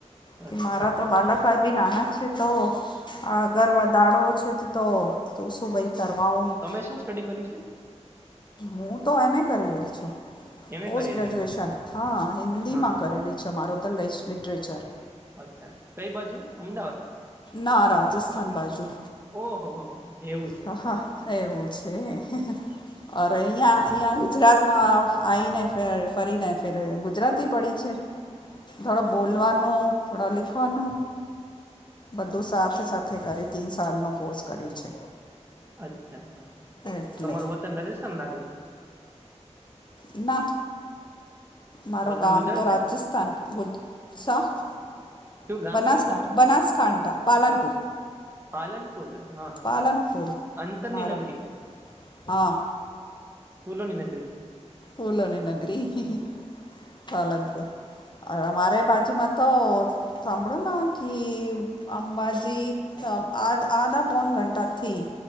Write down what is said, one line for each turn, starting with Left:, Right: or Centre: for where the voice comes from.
Left: કે
Right: અચ્છા
Left: મારાં
Right: હા
Left: તો
Right: હા
Left: બાલક <unintelligible> નાના જ છે તો, આગળ વધાડો છે તો તો તો શું ભાઈ? <unintelligible>
Right: ભાઈ, શું સ્ટડી કરી છે?
Left: હું તો એમ. એ. કરી રહી છું.
Right: એમ
Left: પોસ્ટ
Right: એ કરી
Left: ગ્રેજ્યુએશન.
Right: રહ્યા છો
Left: હ, હિન્દીમાં
Right: હા હા
Left: કરેલું અચ્છા, મારું તો લેસ્ટ લિટરેચર.
Right: અચ્છા! કઈ બાજુ? અમદાવાદ!
Left: ના, રાજસ્થાન બાજુ.
Right: ઓહો, હોહો! એવું સે.
Left: હા એવું છે, અરે, અહીંયા અહીંયા ગુજરાતમાં આવ આયીને ફર ફરીને ફેર ગુજરાતી પડી છે. થોડું બોલવાનું, થોડા લીખવાનું. બધું સાથે સાથે કરી તીન સાલનો વર્ષનો કોર્સ કર્યો છે.
Right: અચ્છા, હા.
Left: એટલે
Right: તો તમારું વતન રાજસ્થાન લાગે?
Left: ના. મારું
Right: વતન
Left: ગામ
Right: ગુજરાત
Left: તો રાજસ્થાન.
Right: છે
Left: <inaudible>
Right: કયું ગામ
Left: બનાસકાંઠા,
Right: કયું તમારું
Left: બનાસકાંઠા, પાલનપુર.
Right: પાલનપુર, હા હા,
Left: પાલનપુર
Right: અંતરની
Left: મારો
Right: નગરી.
Left: હા.
Right: ફૂલોની નગરી.
Left: ફૂલોની નગરી, પાલનપુર. અ અમારે બાજુમાં તો સાંભળોન કી અંબાજી અ અ‌ળધ અળધા-પોણા કલાકથી